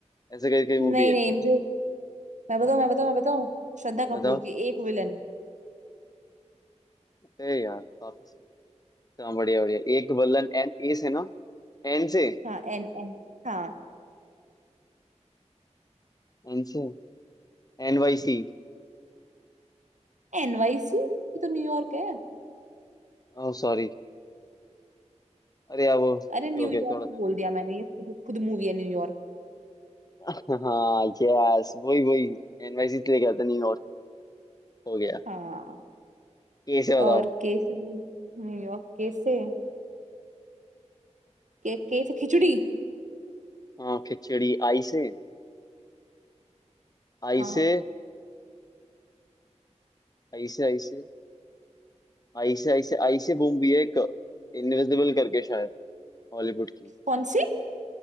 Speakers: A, on the left (about 30°); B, on the right (about 85°).
A: ऐसे करके
B: नहीं
A: मूवी है
B: नहीं मुझे मैं बताऊँ मैं बताऊँ मैं बताऊँ श्रद्धा
A: बताओ
B: कपूर की एक विलन
A: अरे यार काफी से हाँ बढ़िया बढ़िया एक बल्लन एन ए से ना एन से
B: हाँ एन एन हाँ
A: एन से N Y C
B: एनवाईसी ये तो न्यूयॉर्क है
A: Oh sorry अरे यार वो ओके
B: अरे न्यूयॉर्क
A: ओके थोड़ा सा
B: बोल दिया मैंने ये खुद खुद मूवी है न्यूयॉर्क
A: <laughs> हाँ यस वही वही एनवाईसी से लेके गया था न्यूयॉर्क हो गया
B: हाँ
A: कैसे
B: और
A: बताओ
B: के से बोल न्यूयॉर्क के से के के से खिचड़ी
A: हाँ खिचड़ी आई से आई
B: हाँ
A: से आई से आई से आई से आई से आई से मूवी है एक इनविजिबल करके शायद हॉलीवुड की
B: कौन सी